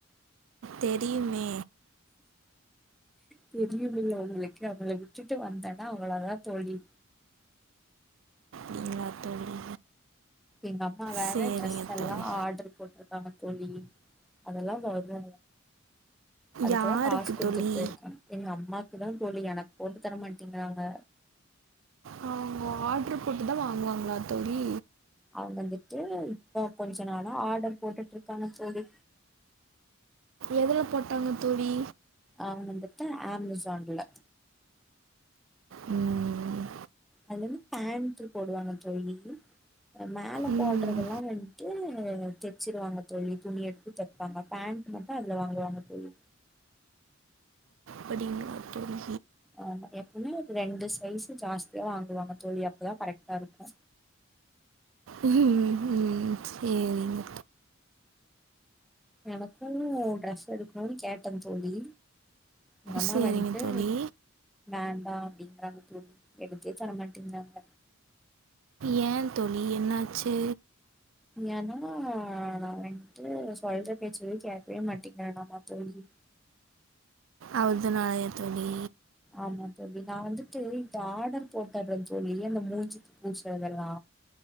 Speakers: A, on the right; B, in the centre.
A: தெரியுமே
B: தெரியுமில அவங்களுக்கு அவங்கள விட்டுட்டு வந்தனா அவளதா தோழி
A: நீங்களா தோழி
B: எங்க அம்மா வேற
A: சரிங்க
B: ட்ரெஸ்ல்லா
A: தோழி
B: ஆர்டர் போட்ரு காங்க தோழி அதெல்லா வரு அதுக்கெல்லா
A: யாருக்கு
B: காசு குடுத்துட்டு
A: தோழி
B: போயிருக்காங்க எங்க அம்மாக்கு தா தோழி எனக்கு போட்டு தர மாட்டேங்கிறாங்க
A: அ அவுங்க ஆர்ட்ரு போட்டு தா வாங்குவாங்களா தோழி
B: அவங்க வந்துட்டு இப்ப கொஞ்ச நாளா ஆர்டர் போட்டுட்ருக்காங்க தோழி
A: எதுல போட்டாங்க தோழி
B: அவங்க வந்துட்டு அமேசான்ல
A: ம்
B: அது வந்து பேண்ட்ரு போடுவாங்க தோழி அ மேல
A: ம்,
B: போடுறதெல்லா வந்துட்டு தெ ச்சுருவாங்க தோழி துணி எடுத்து தெப்பாங்க பேண்ட் மட்டும் அதுல வாங்குவாங்க தோழி
A: படிங்களா தோழி
B: ஆமா எப்பவுமே ஒரு ரெண்டு சைஸ்ஸு ஜாஸ்தியா வாங்குவாங்க தோழி அப்பதா கரெக்டா இருக்கு
A: உம் உம் சேரிங்க
B: எனக்கும் ட்ரெஸ் எடுக்கணுனு கேட்டே தோழி எங்க அம்மா
A: சரிங்க
B: வந்ட்டு
A: தோழி
B: வேண்டா அப்டிங்கறாங்க தோழி எடுத்தே தரமாட்டேங்றாங்க
A: ஏ தோழி என்னாச்சு
B: ஏன்னா நா வந்ட்டு சொல்ற பேச்ச எது கேக்கவே மாட்டேங்கெறெனாமா தோழி
A: அவ்து நாளயா தோழி
B: ஆமா தோழி நா வந்துட்டு இந்த ஆர்டர் போட்டறே தோழி இந்த மூஞ்சிக் பூட்ஸு அதெல்லா